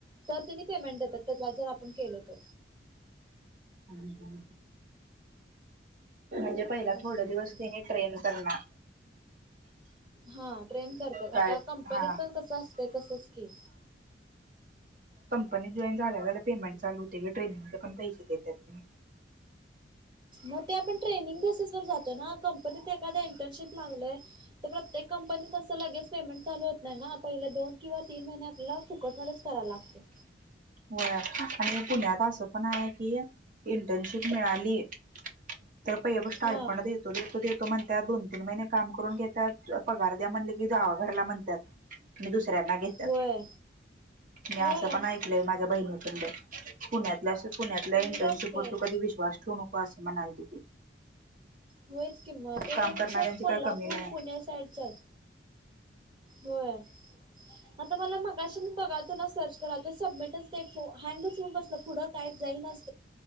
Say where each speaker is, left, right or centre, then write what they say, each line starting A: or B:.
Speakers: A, on the right; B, on the right.
A: तर त्यांनी पेमेंट देतात. तेज्यात जर आपण केलं तर.
B: हम्म म्हणजे पहिला
A: असं
B: थोडे दिवस
A: असतं
B: तिने ट्रेन करणार.
A: हा ट्रेन करतात
B: काय
A: आता कंपनीत
B: हा
A: पण कसं असतंय तसच की.
B: पण जॉईन झाल्यावर पेमेंट चालू होते की ट्रेनिंगचे पण पैसे देत्यात,
A: मग ते आपण ट्रेनिंग बेसिस वर जातो ना, कंपनीत एखाद्या इंटर्नशिप लागलोय, तर प्रत्येक कंपनीत असं लगेच पेमेंट चालू होत नाही ना, पहिले दोन किंवा तीन महिने आपल्याला फुकट मध्येच करायला लागतय.
B: होय आणि पुण्यात असं पण आहे, कि इंटर्नशिप मिळालीय तर पहिले स्टार्टफंड
A: हा
B: देतो देतो देतो मणत्यात दोन तीन महिने काम करून घेतात, पगार द्या म्हणल की जावा घरला म्हणत्यात. दुसऱ्यांना घेत्यात,
A: होय
B: मी
A: होय
B: अस पण ऐक माझ्या बहिणी पण पुण्यातल्याच पुण्यातल्या
A: तसच
B: इंटर्नशिपवर
A: असतंय
B: तू कधी विश्वास ठेवू नको. <unintelligible> अस म्हणालती ती
A: होयच की मग त्यापेक्षा
B: काम करणाऱ्यांची
A: कोल्हापूर
B: काय कमी नाही
A: पुण्या साईडच्या हाई होय. आता मला माग कशी मी बघाल तो ना सर्च करालतो तर सबमिटच ते फोन हँगच होऊन बसलं पुढं काहीच जाईनाच